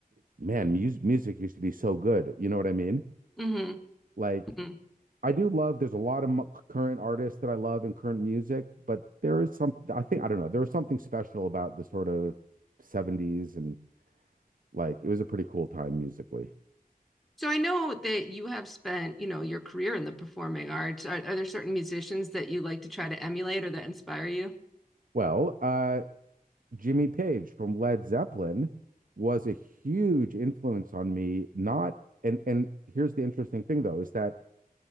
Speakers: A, on the right; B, in the centre.
A: man, music music used to be so good. You know what I mean?
B: hmm
A: Like.
B: hmm
A: I do love. There's a lot of mo- current artists that I love and current music, but there is some. I think I don't know. There was something special about the sort of '70s and like it was a pretty cool time musically.
B: So I know that you have spent, you know, your career in the performing arts. Are, are there certain musicians that you like to try to emulate or that inspire you?
A: Well, uh, Jimmy Page from Led Zeppelin was a huge influence on me. Not and and here's the interesting thing though is that